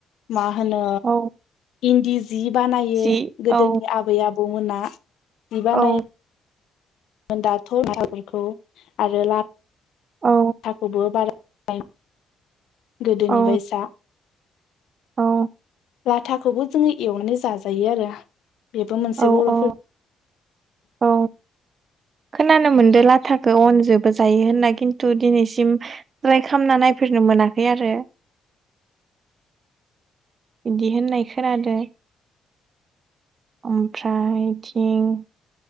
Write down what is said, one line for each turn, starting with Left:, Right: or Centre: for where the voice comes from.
Left: मा होनो
Right: औ
Left: इन्दि जि बानायो
Right: जि
Left: गोदोनि
Right: औ
Left: आबै आबौमोना। बिबानायो
Right: औ
Left: दाथ बेफोरखौ आरो लाथाखौबो
Right: औ
Left: बारा <unintelligible> गोदोनिबायसा
Right: औ औ।
Left: लाथाखौबो जोङो एवनानै जाजायो आरो बेबो मोनसे
Right: औ
Left: बर'फोर
Right: औ औ। खोनानो मोनदों लाथाखौ अनजोबो जायो होनना खिन्थु दिनैसिम ट्राय खालामना नाय फेरनो मोनाखै आरो।
Left: ज <inaudible>
Right: बिदि होननाय खोनादो। ओमफ्रायथिं